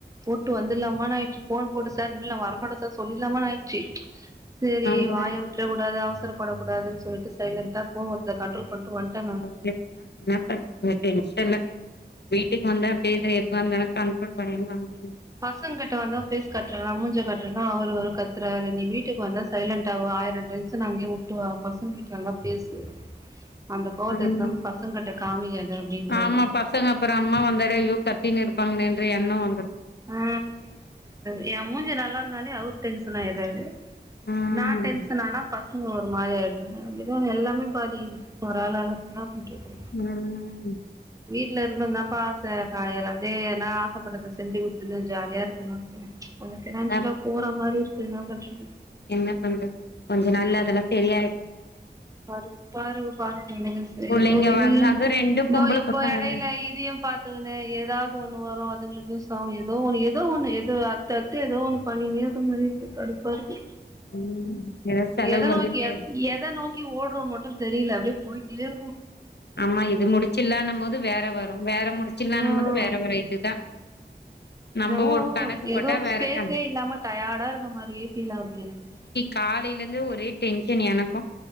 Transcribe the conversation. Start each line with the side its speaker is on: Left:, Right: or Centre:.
Right: போட்டு வந்துலாமான் ஆய்ச்சு ஃபோன் போட்டு சார் உள்ள வரமாட்ட சார் சொல்லிட்லாமான் ஆய்ச்சு செரி
Left: அதா
Right: வாய விட்டுறக் கூடாது அவசரப்படக் கூடாதுன் சொல்ட்டு சைலண்டா கோவத்த கண்ட்ரோல் பண்ட்டு வந்டங்க
Left: <unintelligible> வீட்டுக்கு வந்து அப்படியே எதுவா இருந்தாலு கண்ட்டோல் பண்ண <unintelligible>
Right: பசங்க கிட்ட வந்தா ஃபேஸ் கட்றனா மூஞ்ச கட்றனா அவரு ஒரு கத்துறாரு நீ வீட்டுக்கு வந்தா சைலண்ட்டா வா ஆயிர டென்சன் அங்கேயே விட்டுவா பசங்க கிட்ட நல்லா பேசு அந்த கோவத்த
Left: ம்
Right: எத்துனு வந்து பசங்க கிட்ட காமிகாத அப்டின்றாரு
Left: ஆமா பசங்க அப்றோ அம்மா வந்தாலே ஐய்யோ கத்தினு இருப்பாங்கலேன்ற எண்ணோ வந்துரு
Right: ஆ ஏ மூஞ்சி நல்லா இல்லனாலே அவரு டென்ஷன் ஆயிறாது
Left: ம்
Right: நா டென்ஷன் ஆனா பஸ் ஒரு மாரி ஆயிறாங்க அப்டிதா எல்லாமே பாதிக்குது ஒரு ஆளாள என்னா பண்றது
Left: ம்
Right: வீட்ல இருக்கனுதாப்பா ஆச காயல்ல அதே எல்லா ஆசப்பட்டத செஞ்சு குடுத்துட்டு ஜாலியா இருக்கணுட்டு கொஞ்சோ பினான்ஷியலா
Left: அப்
Right: போற மாரி இருக்குது என்ன பண்றது
Left: என்ன பண்றது கொஞ்ச நாள்ல அதெல்லாம் செரியாயிடு
Right: பருப்பாரு பா
Left: புள்ளைங்க
Right: ஏதோ இது
Left: வள அது ரெண்டு
Right: இதோ
Left: பொம்பள
Right: இப்போ
Left: பசங்க
Right: எடையில
Left: தா
Right: இதையு ப <unintelligible> ஏதாவது ஒண்ணு வரு அதுங்களுக்கு <unintelligible> ஏதோ ஒண்ணு ஏதோ ஒண்ணு ஏதோ அடுத் து ஏதோ ஒண்ணு பண்ணீகினே இருக்க மாரி இருக்கு கடுப்பா இருக்கு
Left: ம் ஏதோ செலவு
Right: எத
Left: வந்துகிட்டே
Right: நோக்கிய எத நோக் க ஓட்றோனு மட்டு தெரில அப்டியே போயிட்டே இருக்கோ
Left: ஆமா இது முடிச்சலானு போது வேற வரு வேற முடிச்சலானு
Right: ம்
Left: போது வேற வரு இதுதா நம்ம
Right: எனவோ
Left: ஒரு கணக்கு போட்டா
Right: ஏதோ
Left: வேற
Right: ஸ்பேஸே
Left: கணக்கு
Right: இல்லாம டயர்டா இருக்க மாரியே ஃபீல் ஆவுது எனக்கு
Left: காலிலேருந்தே ஒரே டென்ஷன் எனக்கு